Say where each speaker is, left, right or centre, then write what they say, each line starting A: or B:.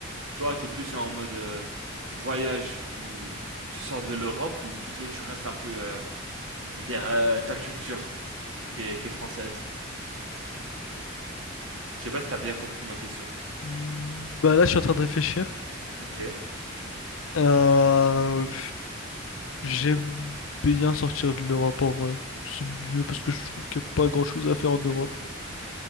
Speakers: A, on the right; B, on the left.
A: Toi, t'es plus en mode euh, voyage, où tu sors de l'Europe, ou plutôt tu restes un peu euh, vers euh, ta culture, qui est, qui est française. Je sais pas si t'as bien compris ma question.
B: Hmm, Bah là, je suis en train de réfléchir.
A: Ok.
B: Euh, j'aime bien sortir de l'Europe en vrai. C'est mieux parce que je trouve qu'il n'y a pas grand-chose à faire en Europe.